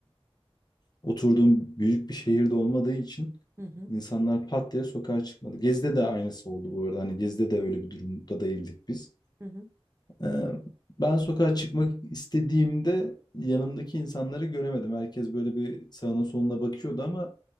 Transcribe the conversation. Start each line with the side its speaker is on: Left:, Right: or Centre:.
Left: Oturduğum büyük bir şehirde olmadığı için
Right: Hı hı.
Left: insanlar pat diye sokağa çıkmadı. Gezi'de de aynısı oldu bu arada. Hani Gezi'de de öyle bir durumda değildik biz.
Right: Hı hı.
Left: Ee, ben sokağa çıkmak istediğimde yanımdaki insanları göremedim. Herkes böyle bir sağına soluna bakıyordu ama